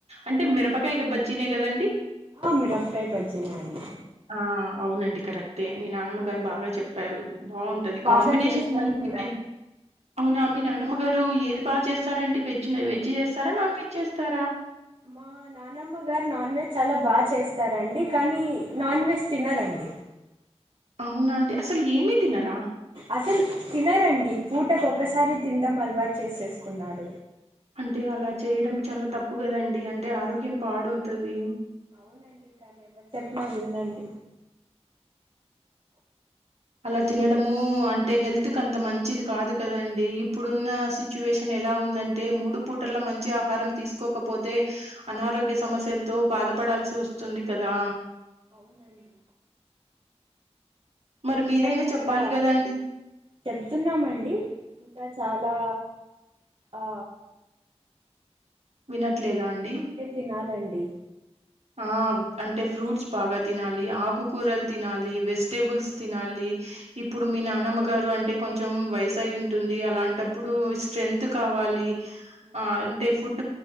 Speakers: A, on the right; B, on the right.
A: అంటే మిరపకాయ బజ్జీనే కదండి
B: ఆ మిరపకాయ బజ్జినే అండి
A: ఆ అవునండి కరెక్టే మీ నానమ్మ గారు బాగా చెప్పారు బాగుంటది
B: ఆ బాగా
A: కాంబినేషన్
B: చేస్తారు
A: మంచిగా
B: కూడా
A: అవునా మీ నానమ్మ నా నానమ్మ గారు ఏది బాగా చేస్తారంటడి వెజ్ వెజ్ చేస్తారా నాన్ వెజ్ చేస్తారా
B: మా నానమ్మ గారు నాన్ వెజ్ చాలా బాగా చేస్తారండి కానీ నాన్ వెజ్ తినారండి ఆ
A: అవునా అండి అసలు ఏమి తినారా
B: అసలు తినరండి పూటకు ఒకసారి తిండం అలవాటు చేసేసుకున్నారు
A: అంటే అలా చేయడం చాలా తప్పు కదండి అంటే ఆరోగ్యం పాడవుతాది
B: అవునండి కానీ ఎవరు చెప్పినా విందండి
A: అలా తినడము అంటే హెల్త్ కి అంత మంచిది కాదు కదండి ఈ ఇప్పుడున్న సిచ్యువేషన్ ఎలా ఉందంటే అంటే మూడు పూటల మంచి ఆహారం తీసుకోకపోతే అనారోగ్య సమస్యలతో బాధపడాల్సి వస్తు చొంది కదా
B: అవునండి
A: మరి
B: ఇంకా
A: మీరైనా
B: చాలా
A: చెప్పాలి కదండి.
B: చెప్తున్నామండి ఇంకా చాలా ఆ ఆ
A: వినట్లేదా అండి
B: తినాలండి
A: ఆ అంటే ఫ్రూట్స్ బాగా తినాలి ఆకుకూరలు తినాలి వెజిటేబుల్స్ తినాలి ఇప్పుడు మీ మీ నానమ్మ గారు అంటే కొంచెం వయసయి ఉంటుంది అలాంటప్పుడు స్ట్రెంగ్త్ కావాలి
B: ఉమ్,
A: ఆ అంటే ఫుట్